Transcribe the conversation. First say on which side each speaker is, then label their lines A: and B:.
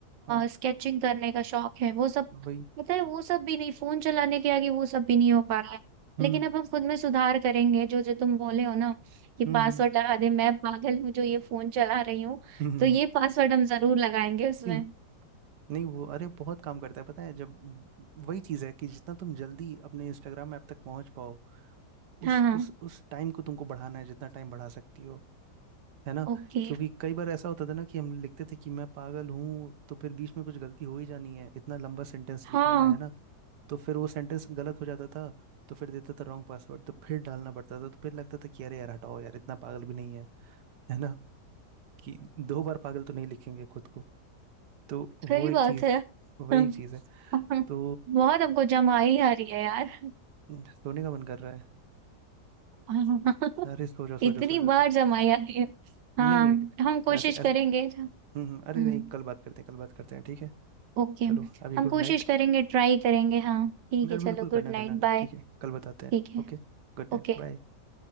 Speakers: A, on the right; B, on the right.
A: हाँ
B: स्केचिंग करने का शौक है वो सब
A: वही
B: पता है वो सब भी नहीं फोन चलाने के आगे वो सब भी नहीं हो पा रहा है
A: हम्म
B: लेकिन अब हम खुद में सुधार करेंगे जो जो तुम बोले हो ना कि
A: हम्म
B: पासवर्ड
A: हम्म
B: लगा दे मैं पागल हूँ जो ये फोन चला रही हूँ
A: हम्म,
B: तो
A: हम्म।
B: ये पासवर्ड हम जरूर लगाएंगे उसमें
A: हम्म। नहीं वो अरे बहुत काम करता है पता है जब वही चीज़ है कि जितना तुम जल्दी अपने इंस्टाग्राम ऐप तक पहुंच पाओ उस
B: हाँ हाँ
A: उस उस टाइम को तुमको बढ़ाना है जितना टाइम बढ़ा सकती हो है ना
B: ओके
A: क्योंकि कई बार ऐसा होता था ना कि हम लिखते थे कि मैं पागल हूँ तो फिर बीच में कुछ गलती हो ही जानी है इतना लंबा सेंटेंस लिखने
B: हाँ
A: में है ना तो फिर वो सेंटेंस गलत हो जाता था तो फिर देता था रॉन्ग पासवर्ड तो फिर डालना पड़ता था तो फिर लगता था कि अरे यार हटाओ यार इतना पागल भी नहीं है है ना कि दो बार पागल तो नहीं लिखेंगे खुद को तो वो
B: सही
A: एक
B: बात
A: चीज
B: है <laughs>
A: वही
B: हाँ,
A: एक चीज है
B: हाँ,
A: तो
B: बहुत हमको जमाई आ रही है यार
A: न- सोने का मन कर रहा है
B: हाँ,
A: अरे सो
B: <laughs>
A: जाओ
B: इतनी
A: सो जाओ सो जाओ
B: बार
A: तो
B: जमाई आ रही है हाँ
A: नहीं नहीं नहीं
B: हम कोशिश
A: तो ऐसा ऐसा
B: करेंगे
A: हम्म, हम्म,
B: हम्म
A: अरे नहीं कल बात करते हैं कल बात करते हैं ठीक है
B: ओके
A: चलो अभी
B: हम
A: गुड
B: कोशिश
A: नाइट
B: करेंगे ट्राई करेंगे हाँ ठीक
A: अरे
B: है चलो
A: बिल्कुल करना
B: गुड नाइट
A: करना
B: बाय
A: ठीक है कल बताते
B: ठीक
A: हैं
B: है
A: ओके Good night
B: ओके
A: bye